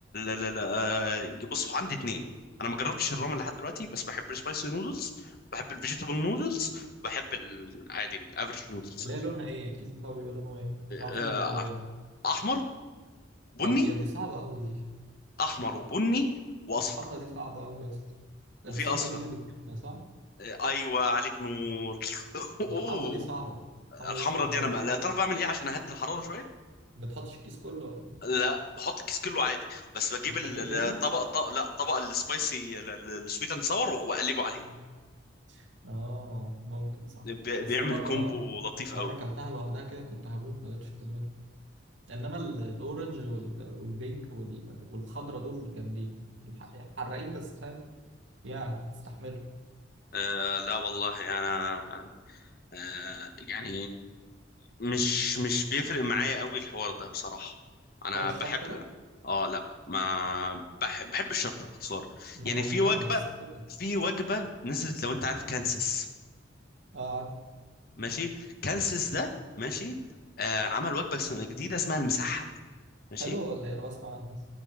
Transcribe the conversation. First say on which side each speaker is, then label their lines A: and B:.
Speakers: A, on the left; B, on the right.
A: لا لا آه، بصوا عندي اتنين انا ما جربتش الرامن لحد دلوقتي بس بحب السبايسي نودلز بحب الفيجيتابل نودلز بحب العادي الافريج نودلز
B: اللي هي لونها إيه؟ الكيس بتاعه بيبقى لونه إيه؟ عشان حافظه
A: آه،
B: بالألوان
A: احمر بني
B: آه يا دي صعبة أوي دي
A: احمر وبني واصفر
B: الحمرا دي صعبة أوي يا اسطى
A: وفي
B: الصفرا
A: اصفر
B: دي اللي بتجيبنا صح؟
A: آه، ايوه عليك نور <laughs> اوه
B: الحمرا دي صعبة الحمرا
A: الحمرة
B: دي صعبة
A: دي انا
B: أوي
A: بقى لا تعرف بعمل ايه عشان اهدي الحراره شويه
B: بتحطش الكيس كله ولا
A: لا بحط الكيس كله عادي بس بجيب
B: بتحط
A: ال-
B: كريمة؟
A: الطبق الط- لا الطبق السبايسي السويت اند ساور واقلبه عليه
B: مم. آه ممكن صح
A: ب-
B: بس
A: بيعمل
B: أنا مرة
A: كومبو لطيف
B: مرة
A: قوي
B: كلتها لوحدها كده كنت هموت ما قدرتش أكملها إنما ال- الأورنج وال... والبينك وال... والخضرا دول جامدين الح- حراقين بس فاهم يعني تستحملهم
A: آه لا والله انا آه يعني مش مش بيفرق معايا قوي الحوار ده بصراحة انا
B: حوار الشطة
A: بحب
B: ده
A: اه لا ما بحب بحب الشطة باختصار
B: أنا
A: يعني
B: بحبها
A: في وجبة
B: بس الفكرة
A: في وجبة نزلت لو انت عارف كانسس
B: آه عارف
A: ماشي كانسس ده ماشي آه عمل وجبة اسمها- جديدة اسمها المسحب ماشي
B: حلوة ولا إيه؟ أنا بسمع عنها